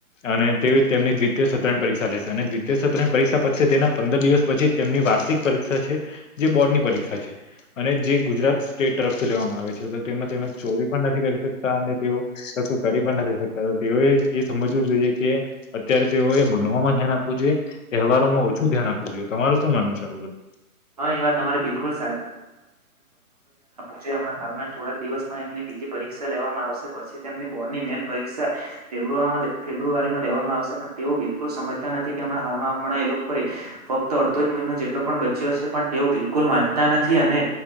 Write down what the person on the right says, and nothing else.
હા એ વાત તમારી બિલકુલ જે હમણાં હાલમાં થોડા દિવસમાં એમની બીજી પરીક્ષા લેવામાં આવ શે પછી તેમની બોર્ડની મેન પરીક્ષા ફેબ્રુઆરીમાં લેવ-લેવામાં આવશે પણ તેઓ બિલકુલ સમ જતા નથી કે હમણાં હાલમાં હમણાં એ લોકો પર ફક્ત અડધો જ મહિનો જેટલો પણ ચ્યો છે પણ તેઓ બિલકુલ વાંચતા નથી અને